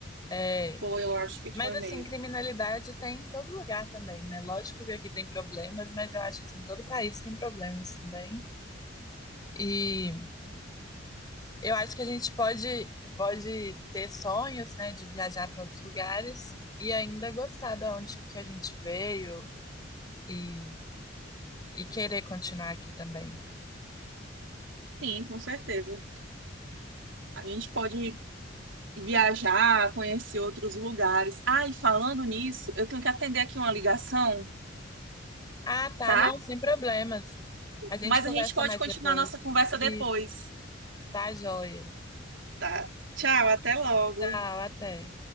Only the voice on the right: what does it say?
Foi, eu acho que
foi
mesmo.
Sim, com certeza. A gente pode viajar, conhecer outros lugares. Ah, e falando nisso, eu tenho que atender aqui uma ligação,
tá?
Mas
a gente pode
continuar
nossa conversa depois,
tá? Tchau, até logo.